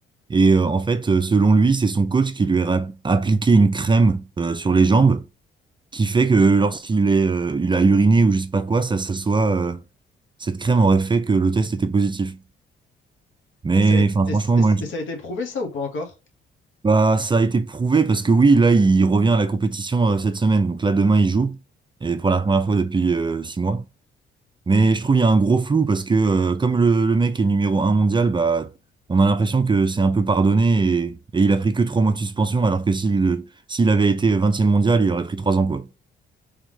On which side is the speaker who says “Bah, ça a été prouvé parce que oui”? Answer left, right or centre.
Right